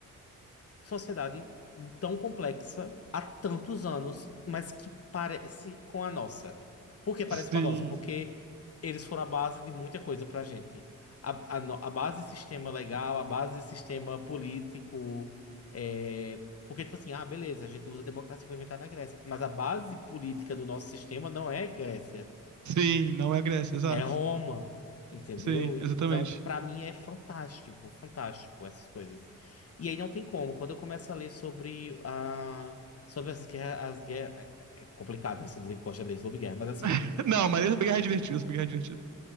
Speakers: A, on the left; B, on the right.
A: sociedade tão complexa há tantos anos, mas que parece com a nossa. Por que parece
B: sim,
A: com a nossa? Porque eles foram a base de muita coisa pra gente. A, a, no- a base de sistema legal, a base de sistema político. é, Porque, tipo assim, ah, beleza, a gente usa a democracia que foi inventada na Grécia. Mas a base política do nosso sistema não é Grécia.
B: sim, não é a Grécia, exato.
A: É Roma, entendeu?
B: Sim,
A: Então,
B: exatamente.
A: pra mim é fantástico, fantástico essas coisas. E aí não tem como. Quando eu começo a ler sobre a sobre as guerras, as guerras, é é, é complicado, né, você dizer que gosta de ler sobre guerra, mas assim,
B: <laughs> Não, mas essa guerra é divertida, essa guerra é divertida.